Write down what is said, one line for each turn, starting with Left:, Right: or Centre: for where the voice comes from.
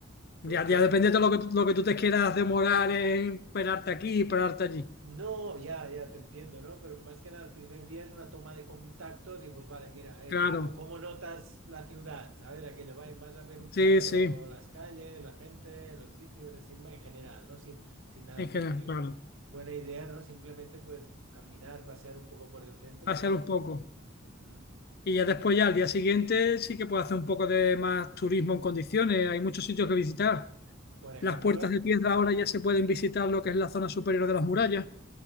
Right: Porque
Left: Ya, ya depende de lo que, tú- lo que tú te quieras demorar en esperarte aquí y esperarte allí.
Right: No, ya, ya te entiendo, ¿no? Pero más que nada, el primer día es una toma de contacto, digo, pues vale, mira,
Left: Claro,
Right: eh, me co- ¿cómo notas la ciudad? ¿Sabes? Aquello, va- vas a ver un poquito
Left: sí, sí,
Right: las calles, la gente, los sitios, así, en general, ¿no? Sin, sin nada
Left: en
Right: específico.
Left: general, claro.
Right: Buena idea, ¿no? Simplemente, pues, caminar, pasear un poco por el centro,
Left: Pasear
Right: ¿no?
Left: un poco.
Right: Ujú.
Left: Y ya después, ya al día siguiente, sí que puedes hacer un poco de más turismo en condiciones. Hay muchos sitios que visitar.
Right: Por ejemplo,
Left: Las puertas de piedra ahora ya se pueden visitar lo que es la zona superior de las murallas,